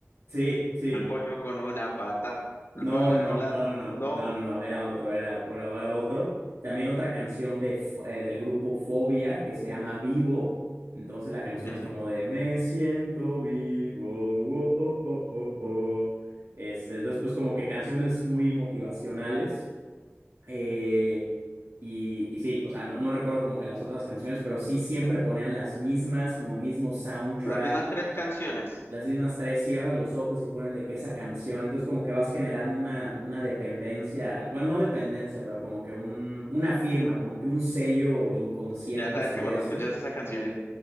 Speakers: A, on the right (about 80°); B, on the left (about 60°).
A: Sí, sí,
B: El pollo con una pata, el
A: No,
B: pollo
A: no, no,
B: con la...
A: no,
B: dos
A: no, no,
B: No.
A: no, no, no, era otro, era, era, era otro. También otra canción de, F- eh, del grupo Fobia que se llama Vivo. Entonces la canción
B: Ujú.
A: es como de Me siento vivo, oh, oh, oh, oh, oh". Este, entonces, pues como que canciones muy motivacionales. Eh, y, y sí, o sea, no, no recuerdo como que las otras canciones, pero sí siempre ponían las mismas, como mismo soundtrack
B: Las mismas tres canciones.
A: las mismas tres cierras los ojos y ponen de que esa canción, entonces como que vas generando una, una dependencia, bueno, no dependencia, pero como que un, una firma, como que un sello inconsciente
B: Ya sabes
A: sobre
B: que cuando
A: eso.
B: escuchas esas canciones,